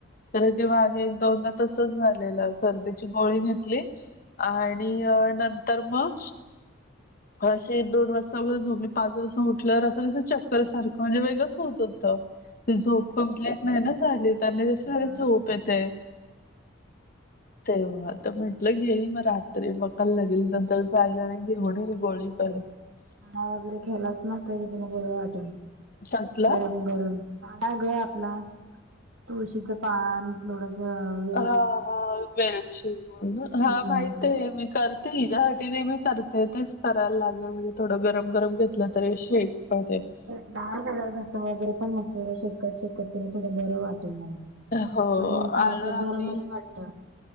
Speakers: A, on the left; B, on the right.
A: तर ते मागे एक दोनदा तसच झालेलं सर्दीची गोळी घेतली. आणि नंतर मग. अशी दोन वाजता वगैर झोपली पाच वाजता उठलं असं तसं चक्कर सारखंणजे वेगंच होत होतं. ती झोप कंप्लीट नाही ना झाली त्यां जशी
B: हा,
A: झोप येत. तेव्हा आता म्हटलं गेली मग रात्री बघायला लागेल नंतर जायला मी. <unintelligible> होडी गोळी पले
B: काहीतरी खाल्लस ना तर तुला बरं वाटेल
A: कसला?
B: गरम गरम. हा ग आपला तुळशीच पान. दोनच मिळावेत.
A: हा हा वेलची हा
B: हम्म
A: माहित आहे मी. करते हिच्यासाठीने मी करते तेच करायला लागले म्हणजे. थोडं गरम गरम घेतलं तरी शेक मिळतोय तो.
B: ल कलरता वगैरे पण शकत शकत त्याला थोडं बरं वाटेल.
A: हो
B: पण मग पावसात
A: आलं आणि
B: जरा बर वाटत.